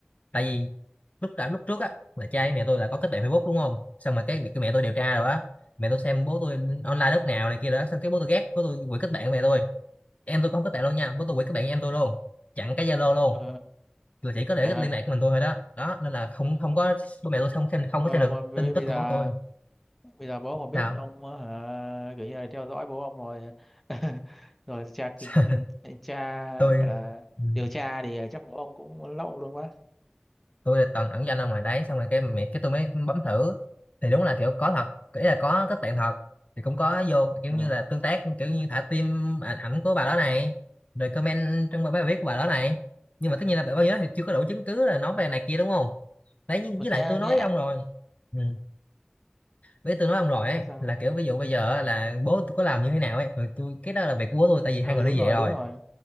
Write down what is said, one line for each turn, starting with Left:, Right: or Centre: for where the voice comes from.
Left: tại vì lúc đã lúc trước á là cha với mẹ tôi là có kết bạn Facebook đúng không xong mà cái, cái mẹ tôi điều tra rồi á mẹ tôi xem bố tôi
Centre: ừ
Left: online lúc nào này kia đó xong cái bố tôi ghét bố tôi quỷ kết bạn với mẹ tôi em tôi cũng không kết bạn luôn nha bố tôi quỷ kết bạn với em tôi luôn chặn cái Zalo luôn
Centre: ừ.
Left: là chỉ có để
Centre: trời
Left: cái
Centre: ơi
Left: liên lạc của mình tôi thôi đó đó nên là không không có bố mẹ tôi không xem không
Centre: thôi
Left: có xem
Centre: ông
Left: được
Centre: ơi, bây,
Left: tin tức
Centre: bây giờ
Left: của bố tôi
Centre: bây giờ bố ông mà biết
Left: nào
Centre: ông ờ, hả kiểu như là theo dõi bố ông rồi <laughs> rồi cha
Left: <laughs>
Centre: cha
Left: tôi
Centre: gọi là
Left: ừ,
Centre: điều tra thì chắc bố ông cũng lóc ông luôn quá
Left: tôi là toàn ẩn danh ông ngoài đấy xong rồi cái mẹ cái tôi mới bấm thử thì đúng là kiểu có thật ý là có kết bạn thật thì cũng có vô kiểu
Centre: ừ.
Left: như là tương tác kiểu như thả tim ảnh ảnh của bà đó này rồi comment trong bài viết của bà đó này nhưng mà tất nhiên là bao nhiêu đó thì chưa có đủ chứng cứ là nói về này kia đúng không đấy nhưng
Centre: mình
Left: với
Centre: nghe
Left: lại tôi nói
Centre: nghe
Left: với
Centre: ạ.
Left: ông rồi ừ. với tôi nói ông rồi ấy
Centre: nói sao
Left: là kiểu ví dụ bây giờ á, là bố tôi có làm như thế nào ấy thì tôi cái đó là việc của bố tôi tại vì hai
Centre: ừ
Left: người
Centre: đúng
Left: ly
Centre: rồi
Left: dị rồi
Centre: đúng rồi